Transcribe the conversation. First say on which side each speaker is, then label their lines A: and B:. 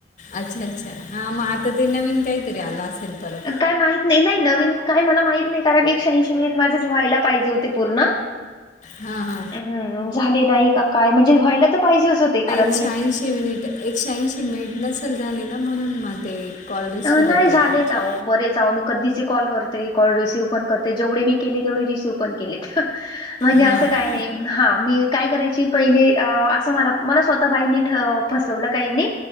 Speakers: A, on the left; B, on the left.
A: अच्छा अच्छा हा मग आता ते नवीन काहीतरी आलं असेल परत
B: काय माहित नाही नाही नवीन काय मला माहित नाही कारण एकशे ऐंशी मिनिट माझेच व्हायला पाहिजे होते पूर्ण.
A: हा हा.
B: हम्म झाले नाही का काय म्हणजे व्हायला तर पाहिजेच होते. कारण
A: एकशे
B: नीट
A: अंशी मिनिट, एकशे अंशी मिनिट झाले नसेल ना म्हणून मग ते. कॉल रिसीव्ह
B: नाही
A: होत आहे
B: झालेत
A: तुमचे.
B: अहो बरेच अहो, परी चाऊन. कधीचे कॉल करते, कॉल रिसीव पण करते जेवढे मी केले तेवढे रिसिव्ह पण केले. म्हणजे
A: हां
B: असं काय
A: का?
B: नाय. हा मी काय करायची, पहिली असं मला मला स्वतः बाईंनी फसवलं काहींनी.